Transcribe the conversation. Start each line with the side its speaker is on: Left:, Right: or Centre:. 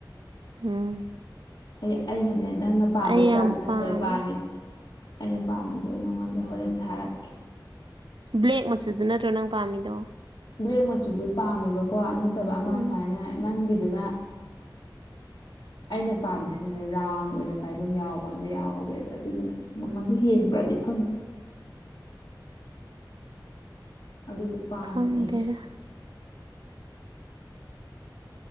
Right: ꯎꯝ
Left: ꯑꯩ ꯑꯩꯅꯅꯦ ꯅꯪꯅ ꯄꯥꯝꯕ
Right: ꯑꯩ
Left: ꯏꯁꯇꯥꯏꯜꯗꯨ
Right: ꯌꯥꯝ
Left: ꯅꯠꯇꯦꯕ
Right: ꯄꯥꯝꯃꯦ
Left: ꯄꯥꯝꯃꯤ ꯑꯩꯅ ꯄꯥꯝꯃꯤꯗꯣ ꯑꯩ ꯅꯉꯣꯟꯗ ꯍꯣꯔꯦꯟ ꯊꯥꯔꯛꯈꯤ
Right: ꯕ꯭ꯂꯦꯛ ꯃꯆꯨꯗꯨ ꯅꯠꯇ꯭ꯔꯣ ꯅꯪ ꯄꯥꯝꯃꯤꯗꯣ
Left: ꯕ꯭ꯂꯦꯛ ꯃꯆꯨꯗꯨ ꯄꯥꯝꯃꯦꯕꯀꯣ ꯅꯠꯇꯕ ꯑꯃ
Right: ꯎꯝ
Left: ꯁꯨꯃꯥꯏꯅ ꯅꯪꯒꯤꯗꯨꯅ
Right: <unintelligible>
Left: ꯑꯩꯅ ꯄꯥꯝꯃꯤꯁꯤꯅꯦ ꯔꯥꯎꯟ ꯑꯣꯏꯅ ꯄꯥꯏꯐꯝ ꯌꯥꯎꯕ ꯑꯃ ꯌꯥꯎꯋꯦꯕ ꯑꯗꯨꯗꯨꯅꯦ ꯃꯃꯟꯗꯣ ꯍꯦꯟꯕ꯭ꯔꯗꯤ ꯪꯗꯤ
Right: <unintelligible>
Left: ꯑꯗꯨꯗꯣ ꯄꯥꯝꯕꯅꯦ
Right: ꯈꯪꯗꯦꯗ
Left: ꯑꯩꯁꯦ